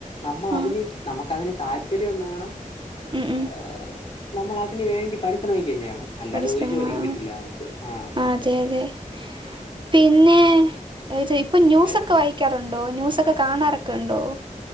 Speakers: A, on the left; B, on the right.
A: നമ്മൾ അതിന്
B: ആഹ്
A: നമുക്കതിന് താല്പര്യം വേണം
B: ഉം ഉം
A: ഏ ഏ നമ്മൾ അതിന് വേണ്ടി പരിശ്രമിക്കുകയും ചെയ്യണം അല്ലാതെ
B: പരിശ്രമം
A: ഒരു ജോലിയും
B: ആഹ്
A: കിട്ടില്ല നമുക്ക് ആഹ്
B: അതെ അതെ പിന്നെ ഇത് ഇപ്പൊ ന്യൂസൊക്കെ
A: വേ
B: വായി ക്കാറുണ്ടോ ന്യൂസൊക്കെ കാണാറൊക്കെ ഇണ്ടോ